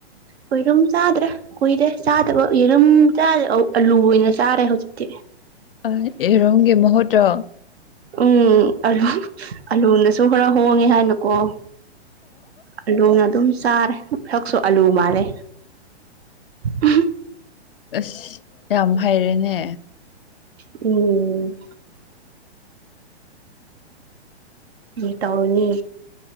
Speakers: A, on the right (about 65°); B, on the left (about 55°).
A: ꯑꯣꯏꯔꯨꯝ ꯆꯥꯗ꯭ꯔꯦ ꯀꯨꯏꯔꯦ ꯆꯥꯗꯕ ꯌꯦꯔꯨꯝ ꯆꯥꯗ ꯑꯧ ꯑꯂꯨ ꯑꯣꯏꯅ ꯆꯥꯔꯦ ꯍꯧꯖꯤꯛꯇꯤ
B: ꯑꯩ ꯌꯦꯔꯨꯝꯒꯤ ꯃꯍꯨꯠꯇꯣ?
A: ꯎꯝ ꯑꯂꯨ <unintelligible> ꯑꯂꯨ ꯅꯁꯨ ꯈꯔ ꯍꯣꯡꯉꯦ ꯍꯥꯏꯅꯀꯣ ꯑꯂꯨꯅ ꯑꯗꯨꯝ ꯆꯥꯔꯦ꯫ ꯍꯛꯁꯨ ꯑꯂꯨ ꯃꯥꯜꯂꯦ ꯎꯍꯨꯝ
B: ꯑꯁ ꯌꯥꯝ ꯍꯩꯔꯦꯅꯦ
A: ꯎꯝ ꯀ꯭ꯔꯤ ꯇꯧꯔꯨꯅꯤ